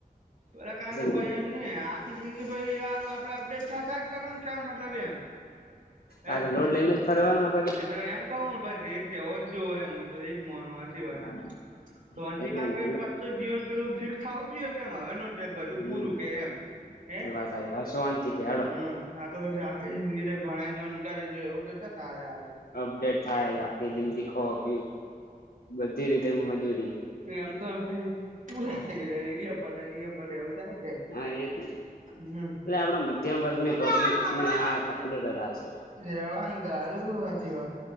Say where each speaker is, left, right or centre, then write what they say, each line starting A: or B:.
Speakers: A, on the right (about 55°); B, on the left (about 75°).
A: પેલા કારણ કે
B: નહી
A: ભાઈ એમ ને આખી જિંદગી ભાઈ યાર આપડે અપડેટ થા થા જ કરવાનું કેવાન મતલબ એમ. હે
B: આતો લોડ લઈને જ ફરવાનો આપ
A: તો એમ કહુંન પહી રેટ એવો જ જોવ એમ મું તો એજ માનું હાચી વાત
B: હા
A: હે. ફોનથી
B: એટલે
A: કારણ
B: મહેનત
A: કે પસ્ત તો જીવન પેલું ફિક્સ થવું જોઈએ કેમ હવેનું તે બધું
B: હમ
A: પૂરું કે એમ હે
B: વાત આવી હવે શાંતિ કે હેડો
A: હમ નાર તો પછ આખી જિંદગી જે ભણેય જોન કરેય જો એવું તો ચો સાલે આવ
B: અપડેટ થાય આખી જિંદગી ખો પીઓ બધી રીતે મજૂરી.
A: એમ તો ભઈ પૂરા થઈ રહ્યા ઇયે પત ઈય પત એવું થાય કે.
B: હા એજ ને
A: હમ.
B: એટલે આપડા મધ્યમ વર્ગની પબ્લિકની આ તકલીફ જ આ શે.
A: રેવાનું તારું હાચી વાત.